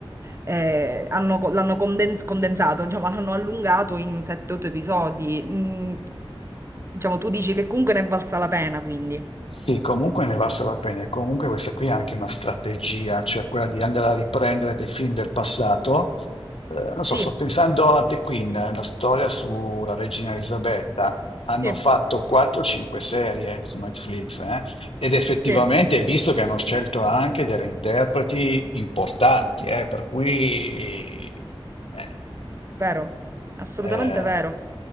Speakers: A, on the right (about 30°); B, on the left (about 80°).
A: eh, hanno co- l'hanno condens- condensato, diciamo, l'hanno allungato in 7-8 episodi. Mm, diciamo, tu dici che comunque ne è valsa la pena, quindi.
B: Sì, comunque ne valsa la pena. E Comunque questa qui è anche una strategia, cioè quella di andare a riprendere dei film del passato. Eh, non
A: Sì,
B: so, sto pensando a The Queen, la storia sulla regina Elisabetta. Hanno
A: sì,
B: fatto 4-5 serie su Netflix, eh? Ed effettivamente
A: sì,
B: hai visto che hanno scelto anche delle interpreti importanti, eh, per cui... eh,
A: vero, assolutamente
B: eh,
A: vero.